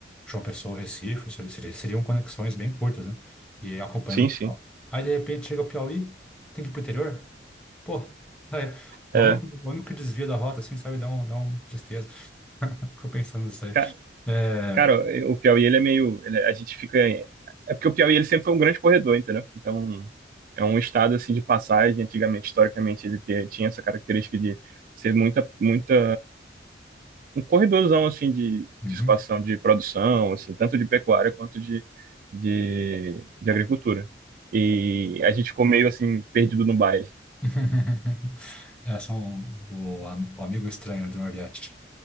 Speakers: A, in the centre; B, on the right (about 50°).
A: João Pessoa, Recife, isso ali seria, seriam conexões bem curtas, né? E acompanhando
B: Sim,
A: o litoral.
B: sim.
A: Aí, de repente, chega o Piauí, tem que ir pro interior. Pô, é,
B: É.
A: é o único, o único desvio da rota, assim, sabe, dá um, dá um tristeza. <laughs> Fico pensando nisso aí.
B: Ca-
A: É,
B: Cara, o Piauí, ele é meio. ele- a gente fica. É porque o Piauí, ele sempre foi um grande corredor, entendeu? Então, é um estado, assim, de passagem. Antigamente, historicamente, ele te- tinha essa característica de ser muita, muita. Um corredorzão, assim, de,
A: uhum.
B: de escoação, de produção, assim, tanto de pecuária quanto de, de, de agricultura. E a gente ficou meio, assim, perdido no baile.
A: <laughs> É, são o, am- o amigo estranho do Nordeste.